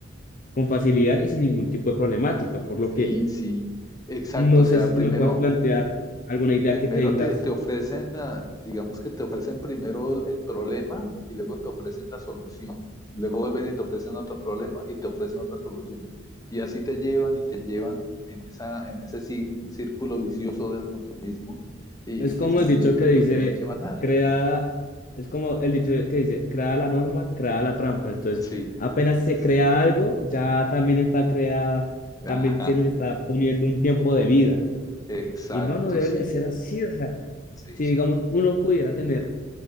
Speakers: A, on the left; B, on the left.
A: con facilidad y sin ningún tipo de problemática, por
B: Sí,
A: lo que
B: sí, exacto.
A: no
B: O sea,
A: sé si
B: primero,
A: tú me puedes plantear alguna idea
B: primero
A: que tengas
B: te, te ofrecen, ah, digamos que te ofrecen primero el, el problema y luego te ofrecen la solución. Luego vuelven y te ofrecen otro problema y te ofrecen otra solución. Y así te llevan y te llevan en esa, en ese cí- círculo vicioso del consumismo y
A: Es
B: que
A: como
B: finalmente
A: el dicho que dice,
B: pues no nos lleva a nada.
A: creada, es como el dicho que dice, creada la norma, creada la trampa. Entonces,
B: Sí,
A: apenas
B: es
A: se crea
B: cierto.
A: algo, ya también está creada, también
B: Ajá,
A: se le está poniendo un tiempo de vida.
B: exacto,
A: Y no, no debería
B: sí,
A: ser así. O sea,
B: sí,
A: si
B: sí.
A: digamos, uno pudiera tener,